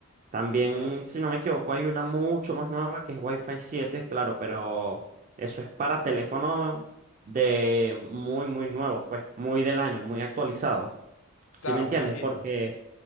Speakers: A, on the right (about 35°); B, on the left (about 65°).
A: También,
B: Ok.
A: si no me equivoco, hay una mucho más nueva que es Wi-Fi 7. claro, pero eso es para teléfonos de muy, muy nuevos, pues, muy del año, muy actualizados. ¿Sí
B: Claro,
A: me entiendes?
B: me imagino.
A: Porque
B: que-